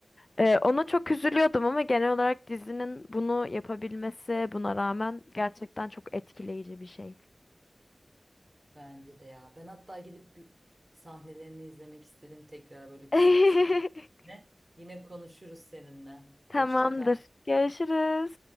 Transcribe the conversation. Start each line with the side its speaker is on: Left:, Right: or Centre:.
Left: Ee, ona çok üzülüyordum ama genel olarak dizinin bunu yapabilmesi buna rağmen gerçekten çok etkileyici bir şey.
Right: bence de ya. Ben hatta gidip bir sahnelerini izlemek istedim tekrar böyle
Left: <laughs>
Right: kısa kısa kesitlerini. Yine konuşuruz seninle.
Left: Tamamdır.
Right: Hoşça kal.
Left: Görüşürüz.